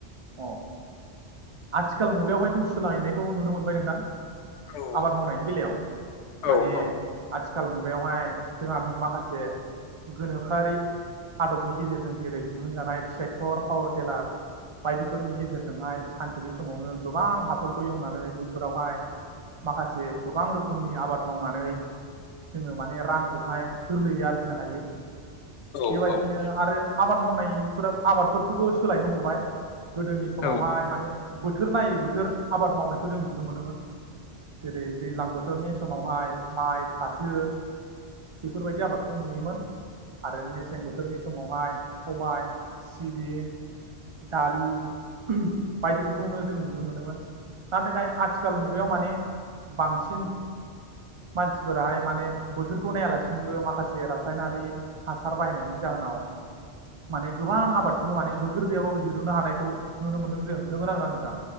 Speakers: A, on the right; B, on the left.
A: अ आथिखाल मुगायावहाय जों सोलायनायखौ नुनो मोनबाय नोंथां ।
B: औ
A: आबाद मावनायनि बेलायाव
B: औ
A: माने
B: औ
A: आथि खाल मुगायावहाय जोंहा माखासे गोनो खोआरि आदबनि गेजेरजों जेरै दिहुनजानाय ट्रेक्टर पावार टेलार बायदिफोरनि गेजेरजोंहाय सान बिनि समावनो गोबां हाफोरखौ एवनानै बैफोरावहाय माखासे गोबां रोखोमनि आबाद मावनानै जोङो माने रांखौहाय गोरलैयै आरजिनो हायो ।
B: औ
A: बेबायदिनो
B: औ
A: आरो आबाद मावनायफोरा आबादफोरखौबो सोलायनो हमबाय । गोदोनि समावहाय
B: औ
A: माने बोथोर नायै बोथोर आबाद मावनायखौ जों नुनो मोनोमोन, जेरै दैज्लां बोथ बोथोरनि समावहाय माइ फाथो बेफोरबायदि आबादखौ नुयोमोन आरो मेसें बोथोरनि समाव माय सबाय सिबिं दालि बायदिफोरखौनो जों नुनो मोनोमोन, ना थाखाय आथिखाल मुगायाव माने, बांसिन मानसिफोराहाय माने बोथोरखौ नायालासिनोबो माखासे रासायनारि, हासार बाहायनायनि जाहोनाव माने गोबां आबादखौनो माने बोथोर गैयाबाबो दिरुननो हानायखौ नुनो मोन्दों जों नोंगो ना नोङा नोंथां,